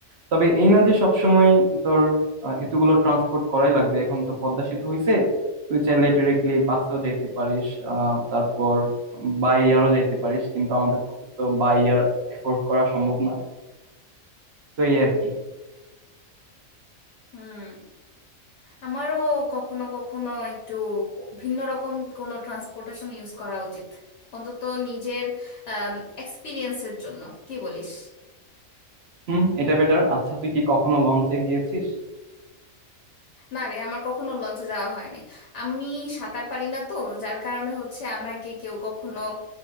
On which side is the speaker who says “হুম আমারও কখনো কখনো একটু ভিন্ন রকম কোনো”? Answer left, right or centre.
Left